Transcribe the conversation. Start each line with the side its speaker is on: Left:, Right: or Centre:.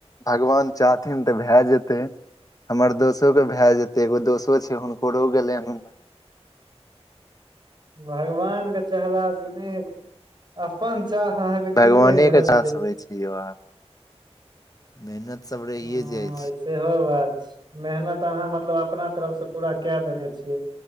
Left: भगवान चाहथिन तऽ भै जेतै हमर दोसो के भए जेते एगो दोसो छै हुनकरो गेलै ह
Right: भगवानके चहला से नहि हेतै अपन चाह अहाँके
Left: भगवानेके
Right: की कहि रहल
Left: साथ
Right: छै
Left: होइ मेहनत सब रहै
Right: हँ
Left: जाइ छै
Right: सेहो बात छै मेहनत अहाँ मतलब अपना तरफ से पूरा कै देने छियै